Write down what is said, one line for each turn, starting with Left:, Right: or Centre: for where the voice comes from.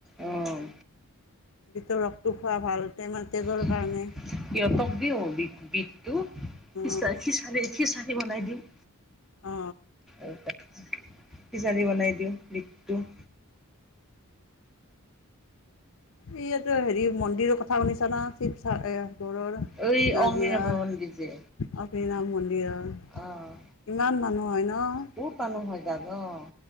Centre: অ' অ'।
Left: বিটৰ ৰসটো খোৱা ভাল। তে মানে তেজৰ
Centre: সিহঁতক
Left: কাৰণে
Centre: দিওঁ বিট-বিটটো।
Left: অ
Centre: খিচা-খিচাৰি খিচাৰি বনাই দিম।
Left: অ অ
Centre: <inaudible> কিজানি বনাই দিওঁ বিটটো। <inaudible>
Left: ইয়াতো হেৰি মন্দিৰৰ কথা শুনিছানা? শিৱসাগৰ
Centre: এই
Left: নাজিৰা
Centre: অগ্নি নৱ
Left: অ'
Centre: মন্দিৰ যে
Left: বৃণামণ। তিয়াহ
Centre: অ'।
Left: ইমান মানুহ হয় ন'।
Centre: বহুত মানুহ হয় তাত অ'।